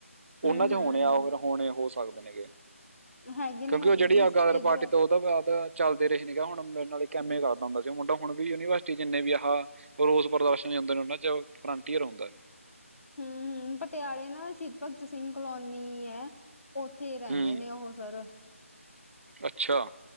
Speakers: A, on the right; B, on the left.
A: ਉਹਨਾਂ
B: ਹੂੰ
A: ਚ ਹੋਣੇ
B: ਹੂੰ
A: ਆ
B: ਹੂੰ
A: ਫਿਰ ਹੋਣੇ ਹੋ ਸਕਦੇ ਨੇਗੇ।
B: ਹੈਗੇ ਨੇ
A: ਕਿਉਂਕਿ
B: ਹਜੇ
A: ਉਹ ਜਿਹੜੀ
B: ਵੀ
A: ਅਗਾਦਰ ਪਾਰਟੀ
B: ਇੱਧਰ
A: ਤੋਂ ਉਹ ਤੋਂ ਬਾਅਦ ਚੱਲਦੇ ਰਹੇ ਨੇਗੇ ਹੁਣ ਮੇਰੇ ਨਾਲੇ ਇਕ ਐਮਏ ਕਰਦਾ ਹੁੰਦਾ ਸੀ ਮੁੰਡਾ। ਹੁਣ ਵੀ ਯੂਨੀਵਰਸਿਟੀ ਜਿੰਨੇ ਵੀ ਆਹ ਰੋਸ ਪ੍ਰਦਰਸ਼ਨ ਜਾਂਦੇ ਨੇ ਉਹਨਾਂ ਚ ਫਰੰਟੀਅਰ ਹੁੰਦਾ।
B: ਹੂੰ ਹੂੰ ਪਟਿਆਲੇ ਨਾ ਸ਼ਹੀਦ ਭਗਤ ਸਿੰਘ ਕਲੋਨੀ ਹੈ। ਉੱਥੇ ਹੀ ਰਹਿੰਦੇ
A: ਹੂੰ
B: ਨੇ ਉਹ ਸਰ।
A: ਅੱਛਾ।